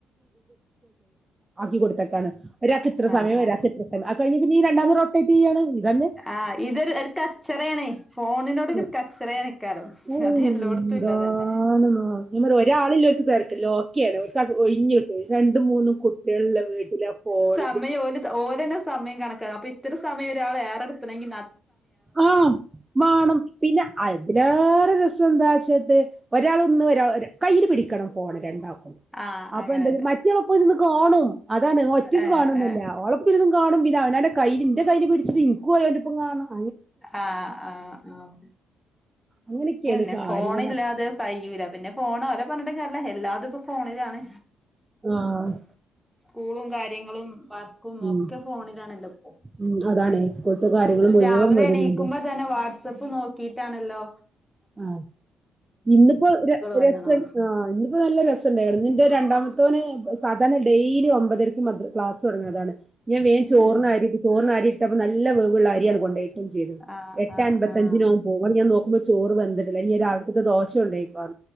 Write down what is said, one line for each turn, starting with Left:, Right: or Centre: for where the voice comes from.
Right: <inaudible> ആക്കി കൊടുത്തക്കാണ് ഒരാൾക്ക് ഇത്ര
Centre: ആഹ്
Right: സമയം
Centre: ആഹ്
Right: ഒരാൾക്ക് എത്ര സ്ഥാനം അത് കഴിഞ്ഞ് പിന്നീ രണ്ടാമത് റോട്ടേട്ട് ഇയാണ് ഇതന്നെ
Centre: ആഹ് ഇതൊരു ഒരു കച്ചറയാണ് ഫോണിനോട്
Right: ത
Centre: ഒരു കച്ചറയാണിക്കാരം
Right: ആയ
Centre: അത് എല്ലോടത്തും
Right: എന്താണ്
Centre: ഇല്ലതന്നെ
Right: ഒരാള തിരക്കല്ല ഒഴിഞ്ഞ കിട്ട് രണ്ട് മൂന്നും കുട്ടികളുടെ വീട്ടില ആ ഫോണ
Centre: സമയ ഓന്ന സമയ കണക്ക അപ്പൊ ഇത്ര സമയം ഒരാൾ ഏറെടുത്തണെങ്ക
Right: ആഹ വേണം പിന്നെ അതിലേറെ രസ എന്താച്ചിട്ട് ഒരാൾ ഒന്ന് കയ്യില് പിടിക്കണം ഫോൺ രണ്ടാ
Centre: ആഹ്
Right: അപ്പൊ
Centre: അങ്ങനെന്നെ
Right: എന്ത മറ്റള പോയി നിന്ന് കണ്ണും അത ആണ് ഒച്ചയ്ക്ക്
Centre: ഏഹ്
Right: കാണുന്നുല്ല
Centre: ഏഹ്
Right: ഓളോപ്പിരുന്ന് കാണും പിന്നെ അവനന്റെ കയ്ൽ ന്റെ കയ്ൽ പിടിച്ചിട്ട് ഇൻക്കുംഓയോന്റെപ്പം കാണ് ണം
Centre: അഹ് അഹ് അഹ്
Right: അങ്ങനെയൊക്കെയാണ്
Centre: ന്നെ
Right: കാര്യങ്ങള്
Centre: ഫോണില്ലാതെ കയ്യുല, പിന്നെ ഫോൺലെ പറഞ്ഞിട്ടും കാര്യല്ല എല്ലാതും ഇപ്പോ ഫോണിലാണ്.
Right: ആഹ്
Centre: സ്കൂളും കാര്യങ്ങളും വർക്കും
Right: ഉം
Centre: ഒക്കെ ഫോണിലണല്ലോപ്പോ
Right: ഉം അതാണ് സ്കൂൾത്തെ കാര്യങ്ങൾ മുഴുവൻ
Centre: രാവ് ലെ
Right: വിടുന്നുണ്ട്
Centre: എണീക്കുമ്പോ തന്നെ വാട്സപ്പ് നോക്കിറ്റാണല്ലോ
Right: ആഹ് ഇന്നിപ്പോ ര
Centre: വന്നണോ
Right: രസ് ആ്ഹ് ഇന്നിപ്പോ നല്ല രസ്ണ്ടകണ് ഇന്റെ രണ്ടാമ മുത്തൊന്ന് സാധാണ ഡെയിലി ഒമ്പതരക്ക് മദ്ർ ക്ലാസൊടങ്ങണതാണ് ഞാൻവേ ചോറിനരിട്ട്
Centre: ഏഹ്
Right: ചോറിനരിട്ടപ്പ നല്ല വേവ്ള്ള അരിയണ് കൊണ്ടെയിട്ട് ചെയ്ത്
Centre: ആഹ്
Right: എട്ട്
Centre: ആഹ്
Right: അമ്പപത്തഞ്ചിനവ
Centre: ആഹ്
Right: പോം അത് ഞ നോ ചോറ് വേന്തിട്ടില്ല ഇനി രാവിൽതത്തെക്കെ ദോശണ്ടായിക്കോു